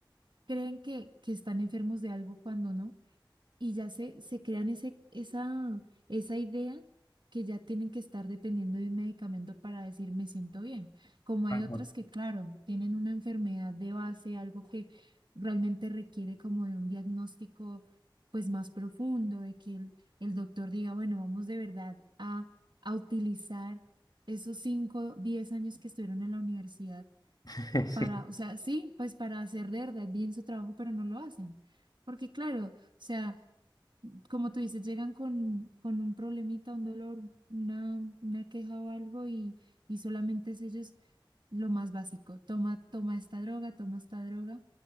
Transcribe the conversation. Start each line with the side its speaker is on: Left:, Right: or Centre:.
Right: creen que, que están enfermos de algo cuando no y ya se, se crean ese, esa, esa idea que ya tienen que estar dependiendo de un medicamento para decir me siento bien. Como hay
Left: Tal
Right: otras
Left: cual.
Right: que, claro, tienen una enfermedad de base, algo que realmente requiere como de un diagnóstico pues más profundo, de que el, el doctor diga, bueno, vamos de verdad a, a utilizar esos 5 10 años que estuvieron en la universidad
Left: <laughs> Sí.
Right: para, o sea, sí, pues para hacer de verdad bien su trabajo, pero no lo hacen. Porque claro, o sea, como tú dices, llegan con, con un problemita, un dolor, una, una queja o algo y, y solamente es ellos lo más básico. Toma, toma esta droga, toma esta droga